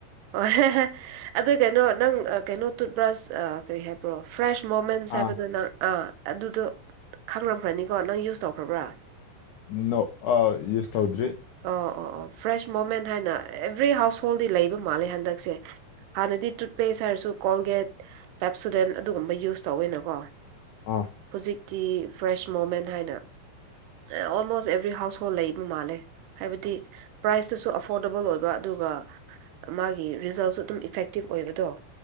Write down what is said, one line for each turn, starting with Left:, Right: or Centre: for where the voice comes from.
Right: ꯑꯣ ꯍꯦ ꯍꯦ ꯑꯗꯨ ꯀꯩꯅꯣ ꯅꯪ ꯑꯥ ꯀꯩꯅꯣ ꯇꯨꯠꯕ꯭ꯔꯥꯁ ꯑꯥ ꯀꯔꯤ ꯍꯥꯏ ꯄ꯭ꯔꯣ ꯐ꯭ꯔꯦꯁ ꯃꯣꯃꯦꯟꯁ
Left: ꯑꯥ
Right: ꯍꯥꯏꯕꯗꯣ ꯅꯪ ꯑꯥ ꯑꯗꯨꯗꯣ ꯈꯪꯔꯝꯈ꯭ꯔꯅꯤꯀꯣ ꯅꯪ ꯌꯨꯁ ꯇꯧꯈ꯭ꯔꯕ꯭ꯔꯥ
Left: ꯅꯣ ꯑꯥ ꯌꯨꯁ ꯇꯧꯗ꯭ꯔꯤ
Right: ꯑꯣ ꯑꯣ ꯑꯣ ꯐ꯭ꯔꯦꯁ ꯃꯣꯃꯦꯟ ꯍꯥꯏꯅ ꯑꯦꯕ꯭ꯔꯤ ꯍꯥꯎꯁ ꯍꯣꯜꯗꯤ ꯂꯩꯕ ꯃꯥꯜꯂꯦ ꯍꯟꯗꯛꯁꯦ ꯍꯥꯟꯅꯗꯤ ꯇꯨꯠꯄꯦꯁ ꯍꯥꯏꯔꯁꯨ ꯀꯣꯜꯒꯦꯠ ꯄꯦꯞꯁꯨꯗꯦꯟ ꯑꯗꯨꯒꯨꯝꯕ ꯌꯨꯁ ꯇꯧꯋꯦꯅꯀꯣ
Left: ꯑꯣ
Right: ꯍꯨꯖꯤꯛꯇꯤ ꯐ꯭ꯔꯦꯁ ꯃꯣꯃꯦꯟ ꯍꯥꯏꯅ ꯑꯣꯜꯃꯣꯁ ꯑꯦꯕ꯭ꯔꯤ ꯍꯥꯎꯁ ꯍꯣꯜ ꯂꯩ ꯕ ꯃꯥꯜꯂꯦ ꯍꯥꯏꯕꯗꯤ ꯄ꯭ꯔꯥꯏꯁꯇꯨꯁꯨ ꯑꯐꯣꯔꯗꯦꯕꯜ ꯑꯣꯏꯕ ꯑꯗꯨꯒ ꯃꯥꯒꯤ ꯔꯤꯖꯜꯁꯨ ꯑꯗꯨꯝ ꯏꯐꯦꯛꯇꯤꯞ ꯑꯣꯏꯕꯗꯣ